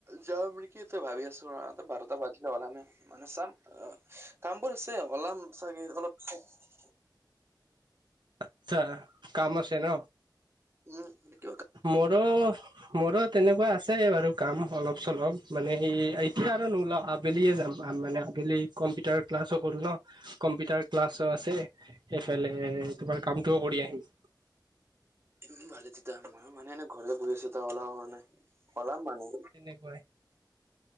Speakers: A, on the right; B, on the right.
A: যাম নেকি তই ভাবি আ বাৰটা বাজিলে ওলামে মানে চাম অ কামবোৰছে হওলাম চাগে অলপ <unintelligible> <inaudible>
B: আচ্ছা, কাম আছে ন?
A: উম এনেক
B: মোৰো মোৰো, তেনেকুৱা আছে বাৰু কাম অলপ চলপ মানে এতিয়া আৰু নোলাওঁ, আবেলিয়ে যাম মানে আবেলি কম্পিউটাৰ ক্লাছো কৰোঁ ন, কম্পিউটাৰ ক্লাছো আছে সেইফালে তোমাৰ কামটোও কৰি আহিম।
A: উম ভালে তেতিয়া, মই মানে এনে ঘৰতে বহি আছো ওলাব হোৱা নাই, ওলাম মানে।
B: তেনেকুৱাই।